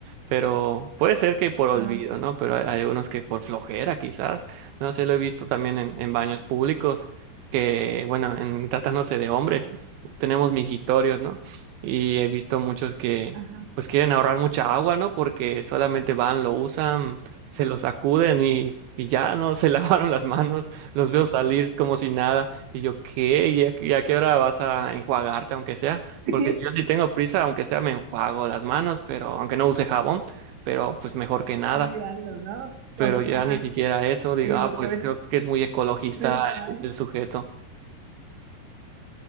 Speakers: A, on the right; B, on the right.
A: Pero puede ser que por olvido,
B: Ah, ok.
A: ¿no? Pero hay, hay unos que por flojera, quizás. No sé, lo he visto también en, en baños públicos, que, bueno, en tratándose de hombres,
B: Sí.
A: tenemos mijitorios, ¿no? Y he visto muchos que,
B: Ajá.
A: pues, quieren ahorrar mucha agua, ¿no? Porque solamente van, lo usan, se lo sacuden y, y ya, ¿no? Se <laughs> lavaron las manos, los veo salir como si nada. Y yo, ¿qué? ¿Y a, y a qué hora vas a enjuagarte, aunque sea?
B: <laughs>
A: Porque
B: Sí,
A: si yo sí tengo prisa, aunque sea me enjuago las manos, pero aunque no use jabón, pero pues mejor que nada.
B: sí, algo, ¿no?
A: Pero
B: Aunque-
A: ya
B: ajá,
A: ni siquiera eso, digo,
B: sí,
A: ah,
B: porque
A: pues
B: a veces
A: creo que es muy ecologista
B: <laughs>
A: el, el sujeto.